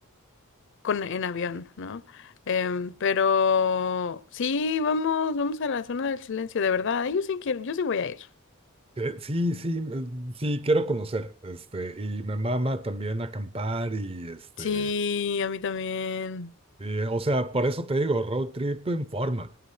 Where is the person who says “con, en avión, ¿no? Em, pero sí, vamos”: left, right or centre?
Left